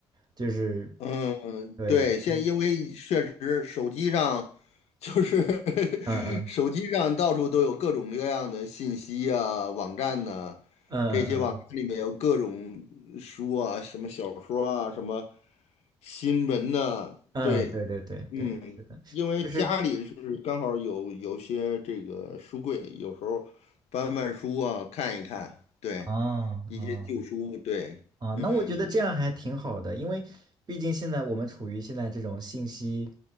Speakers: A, on the right (about 35°); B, on the left (about 65°).
A: 就是
B: 嗯、
A: 对，
B: 对，现在因为确实手机上就是
A: 嗯
B: <laughs>
A: 嗯
B: 手机上到处都有各种各样的信息啊，网站呢，
A: 嗯嗯嗯
B: 这些网站里面有各种书啊，什么小说啊，什么新闻呐，
A: 嗯，
B: 对，
A: 对对对对，
B: 嗯，
A: 是的，
B: 因为家里是刚好有有些这个书柜，
A: 就是
B: 有时候翻翻书啊，看一看，对，
A: 哦
B: 一些旧书，
A: 哦。
B: 对，
A: 啊，
B: 嗯，
A: 那我觉得这样还挺好的，因为毕竟现在我们处于现在这种信息，